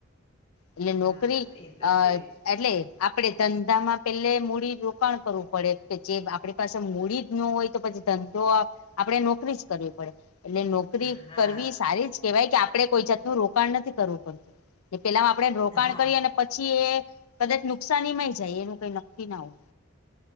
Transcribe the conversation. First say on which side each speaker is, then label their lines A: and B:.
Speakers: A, on the left (about 85°); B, on the left (about 25°).
A: એટલે
B: હા
A: નોકરી
B: એ તો
A: અ
B: છે જ
A: એટલે આપડે ધંધામાં પેલે મૂડી રોકાણ કરવું પડે કે જે આપણી પાસે મૂડી જ ન હોય તો પછી ધંધો <unintelligible> આપડે નોકરી જ કરવી પડે એટલે નોક નોકરી
B: હા
A: કરવી સારી જ કેહેવાય કે આપણેે કોઈ જાતનું રોકાણ નથી કરવું પડતું, એ પેલામાં આપણે રોકાણ
B: હા
A: કરીએ અને પછી એ કદાચ નુકસાનીમાંય જાય એનું કઈ નક્કી ના હોય.